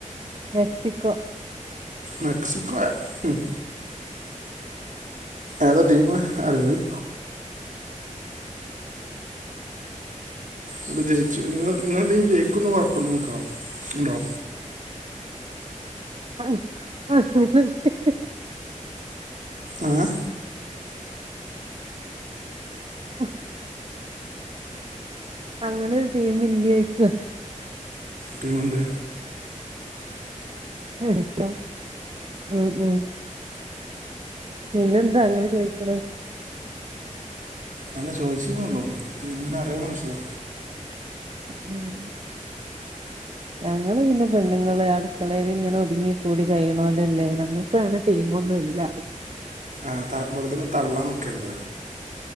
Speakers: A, on the right; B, on the right.
A: മെക്സിക്കോ.
B: മെക്സിക്കോയ ഹ്മ് ഏതാ ടീം അറിയോ അത് അപ്പ ജൈച്ച് ഇങ്ങള് ഇങ്ങളെ ടീം ജയ്ക്കുംന്ന് ഒറപ്പ്നിക്കോ ഉണ്ടോ?
A: ആഹ് അഹ് ങ്ങളെ ടീ
B: ഏഹ്
A: അഹ്. അങ്ങനൊര് ടീമ് ഇൻ്റെക്ക്.
B: ടീമ്ണ്ട്
A: എഹ് ത ഉം ഉം. പിന്നെന്താ അങ്ങനെ ചോയിക്കണ്
B: അല്ല ചോയ്ച്ച്ന്നുള്ളൂ ടീമ്നെ അറ്യോന്നോയ്ച്ചതാ.
A: ഉം ഞങ്ങള് പിന്നെ പെണ്ണ്ങ്ങള് അടുക്കളെല്ങ്ങനെ ഒതുങ്ങി കൂടി കഴിണോലല്ലേ ഞങ്ങക്കനെ. ടീമൊന്നുംഇല്ല.
B: ആഹ് താ വെറുതൊന്ന് തള്ളാൻ നിക്കരുത്.